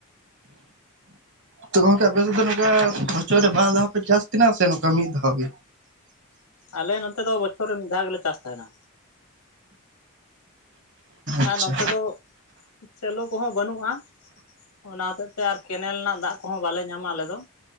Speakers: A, on the right (about 55°); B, on the left (about 85°).
A: ᱛᱚ ᱜᱚᱝᱠᱮ ᱟᱯᱮ ᱥᱮᱫ ᱫᱚ ᱱᱚᱝᱠᱟ ᱵᱚᱪᱷᱚᱨ ᱨᱮ ᱵᱟᱨ ᱫᱷᱟᱣ ᱯᱮ ᱪᱟᱥ ᱛᱟᱦᱮᱱᱟ ᱥᱮ ᱱᱚᱝᱠᱟ ᱢᱤᱫ ᱫᱷᱟᱣ ᱜᱮ?
B: ᱟᱞᱮ ᱱᱚᱛᱮ ᱫᱚ ᱵᱚᱪᱷᱚᱨ ᱨᱮ ᱢᱤᱫ ᱫᱷᱟᱣ ᱜᱮᱞᱮ ᱪᱟᱥ ᱛᱟᱦᱮᱱᱟ᱾
A: ᱟᱪᱪᱷᱟ
B: ᱟᱨ ᱱᱚᱱᱛᱮ ᱫᱚ ᱥᱮᱞᱳ ᱠᱚᱦᱚᱸ ᱵᱟᱹᱱᱩᱜᱼᱟ᱾ ᱚᱱᱟ ᱦᱚᱛᱮᱜ ᱛᱮ ᱟᱨ ᱠᱮᱱᱮᱞ ᱨᱮᱱᱟᱜ ᱫᱟᱜ ᱠᱚᱦᱚᱸ ᱵᱟᱞᱮ ᱧᱟᱢᱟ ᱟᱞᱮ ᱫᱚ᱾